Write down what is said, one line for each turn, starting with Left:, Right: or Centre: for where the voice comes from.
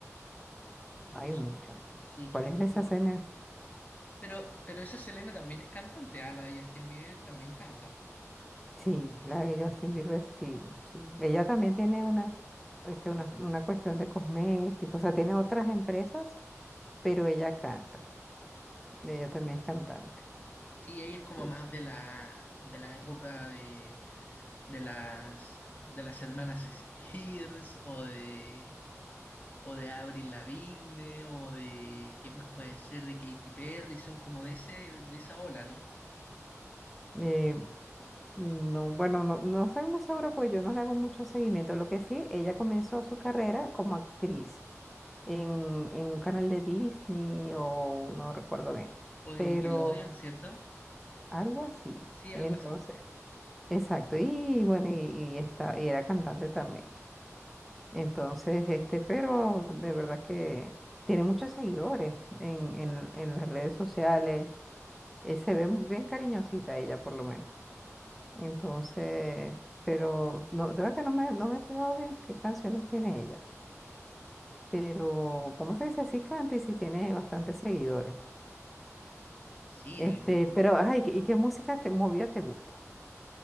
Centre: Ay,
Left: que es,
Centre: muchacho.
Left: sí,
Centre: ¿Cuál
Left: que es
Centre: es
Left: un
Centre: esa
Left: poco...
Centre: Selena?
Left: Pero, pero esa Selena también es cantante, ah, la de Justin Bieber también canta.
Centre: Sí, la de Justin Bieber, sí, sí. Ella también tiene una, este, una, una cuestión de cosméticos, o sea, tiene otras empresas, pero ella canta. Ella también es cantante.
Left: Sí, ella es como
Centre: Sí.
Left: más de la, de la época de, de las, de las hermanas Spears o de, o de Avril Lavigne o de, ¿qué más puede ser? De Katy Perry, son como de ese, de esa ola, ¿no?
Centre: Eh, No, bueno, no, no estoy muy segura porque yo no le hago mucho seguimiento. Lo que sí, ella comenzó su carrera como actriz en, en un canal de Disney o no recuerdo bien,
Left: O de
Centre: pero
Left: Nickelodeon, ¿cierto?
Centre: algo así.
Left: Sí,
Centre: Entonces,
Left: algo así.
Centre: exacto. Y bueno, y, y está, y era cantante también. Entonces, este, pero de verdad que tiene muchos seguidores en, en, en las redes sociales. eh, se ve bien cariñosita ella, por lo menos. Entonces, pero no, de verdad que no me, no me he fijado bien qué canciones tiene ella. Pero, ¿cómo se dice? Sí canta y sí tiene bastantes seguidores.
Left: Sí,
Centre: Este,
Left: al igual que...
Centre: pero, ay, ¿y qué música te, movida te gusta?